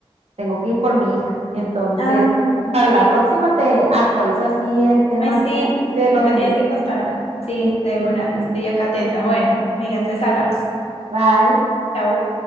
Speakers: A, on the right; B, on the left.
A: tengo que ir por mi hija. Entonces,
B: Ay, bueno.
A: para la próxima te actualizo así el tema
B: Ay, sí,
A: bien
B: sí,
A: de lo
B: me
A: de
B: tienes
A: mi
B: que
A: ex.
B: contar. Sí,
A: Sí,
B: de
A: sí. sí.
B: una, estoy acá atenta. Bueno, oiga, entonces hablamos.
A: Bye.
B: Chao.